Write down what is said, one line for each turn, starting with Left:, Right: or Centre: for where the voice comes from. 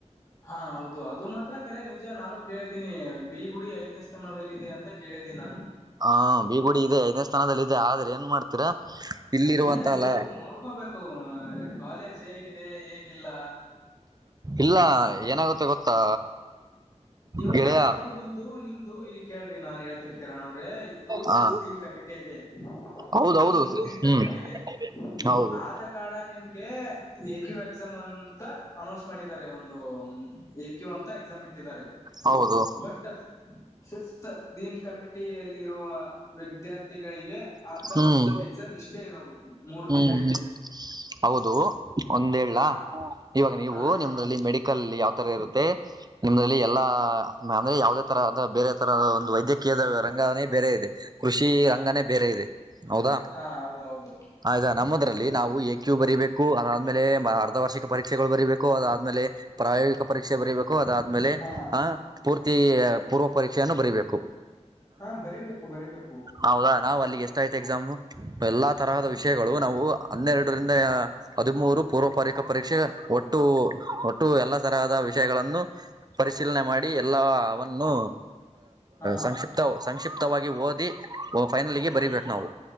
Left: ಹಾ ಹೌದು ಅದು ಮಾತ್ರ ಕರೆ ನಿಜ ನಾನು ಕೇಳಿದೀನಿ ಬಿ ಗುಡಿ ಐದನೇಷ್ಟ ದಲ್ಲಿ ಇದೆ ಅಂತ ಕೇಳಿದ್ದೀನಿ ನಾನು
Right: ಹಾ ಬಿ ಗುಡಿ ಇದೆಐದನೇ ಸ್ಥಾನದಲ್ಲಿ ಇದೆ ಆದ್ರೆ ಏನ್ ಮಾಡ್ತಾರೆ ರ ಇಲ್ಲಿರುವಂತ
Left: ಇಲ್ಲ ನೀವು
Right: ಅಲ್ಲ
Left: ನೋಡ್ಕೋಬೇಕು ಕಾಲೇಜ್ ಹೇಗಿದೆ ಹೇಗಿಲ್ಲ
Right: ಇಲ್ಲ ಏನಾಗುತ್ತೆ ಗೊತ್ತಾ
Left: ಇವಾಗ
Right: ಗೆಳೆಯ
Left: ಇದು ನಿಮ್ದು ನಿಮ್ದು ಇಲ್ಲಿ ಕೇಳ್ರಿ ನಾನ್ ಹೇಳ್ತೀನಿ ಕಿರಣ್ ಅವ್ರೆ ಇದು
Right: ಹಾ
Left: ಸಿಕ್ಸ್ ದಿನ್ ಕಮಿಟೆ ಇದೆ
Right: ಹೌದೌದು
Left: ನಿಮ್ದು ಸಿಕ್ಸ್ ದನ್ ಕಮಿಟಿ
Right: ಹ್ಮ್
Left: ಇದೆ
Right: ಹೌದು
Left: ಆದ ಕಾರಣ ನಿಮ್ಗೆ ಎಕ್ಯು ಎಕ್ಸಾಮ್ ಅಂತ ಅನೌನ್ಸ್ ಮಾಡಿದ್ದಾರೆ ಒಂದು ಏಕಿವ ಅಂತ ಎಕ್ಸಾಮ್ ಇಟ್ಟಿದ್ದಾರೆ
Right: ಹೌದು
Left: ಬಟ್ ಫಿಫ್ತ್ ದೀನ್ ಕಮಿಟಿಯಲ್ಲಿರುವ ವಿದ್ಯಾರ್ಥಿಗಳಿಗೆ ಅರ್ಧ
Right: ಹ್ಮ್
Left: ವರ್ಷಕ್ಕೆ
Right: ಹ್ಮ್
Left: ಎಕ್ಸಾಮ್ ಇಷ್ಟೇ ಇರೋದು ಮೂರ್
Right: ಹ್ಮ್
Left: ತಿಂಗಳಿಗೆ
Right: ಹೌದು ಒಂದ
Left: ಹಾ
Right: ಇವಾಗ ನೀವು
Left: ಹಾ ಹೇಳಿ
Right: ನಿಮ್ದಲ್ಲಿ ಮೆಡಿಕ ಕಲ್ಲಿ ಯಾವ್ ತರ ಇರುತ್ತೆ ನಿಮ್ದಲ್ಲಿ ಎಲ್ಲಾ ಅಂದ್ರೆ ಯಾವವುದೇ ತರ ಬೇರೆ ಒಂದು ವೈದ್ಯಕೀಯ ರಂಗನೇ ಬೇರೆ ಇದೆ ಕೃಷಿ ರಂಗನೇ ಬೇರೆ ಇದೆ ಹೌದಾ
Left: ಹಾ ಹೌದೌದು
Right: ಆಯ್ತಾ ನಮ್ಮದ್ರಲ್ಲಿ ನಾವು ಎ ಕ್ಯು ಬರಿಬೇಕು ಅದಾದ್ಮೇಲೆ ಅರ್ಧ ವಾರ್ಷಿಕ ಪರೀಕ್ಷೆಗಳು ಬರಿೀಬೇಕು ಅದಾದ್ಮೇಲೆ ಪ್ರಾಯೋಗಿಕ ಪರೀಕ್ಷೆ ಬರೀಬೇಕು ಅದಾದ್ಮೇಲೆ
Left: ಹಾ
Right: ಆಹ ಪೂರ್ತಿ ಪೂರ್ವ ಪರೀಕ್ಷೆಯನ್ನು ಬರಿೀಬೇಕು
Left: ಹಾ ಬರಿಬೇಕು ಬರೀಬೇಕು
Right: ಹೌದಾ ನಾವ್ ಅಲ್ಲಿಗೆ ಎಷ್ಟ ಯ್ತ ಎಕ್ಸಾಮು ಎಲ್ಲಾ ತರಹದ ವಿಷಯಗಳು ನಾವು ಹನ್ನೆರಡರಿಂದ ಹದಿಮೂರು ಪೂರ್ವ ಪರೀಕ ಪರೀಕ್ಷೆ ಒಟ್ಟು ಒಟ್ಟು ಎಲ್ಲಾ ತರಹದ ವಿಷಯಗಳನ್ನು ಪರಿಶೀಲನೆ ಮಾಡಿ ಎಲ್ಲ ಅವವನ್ನು
Left: ಹಾ
Right: ಸಂಕ್ಷಿಪ್ತ ಸಂಕ್ಷಿಪ್ತವಾಗಿ ಓದಿ ಫೈನಲ್ಗೆ ಬರಿಬೇಕು
Left: ಹ್ಮ್
Right: ನಾವು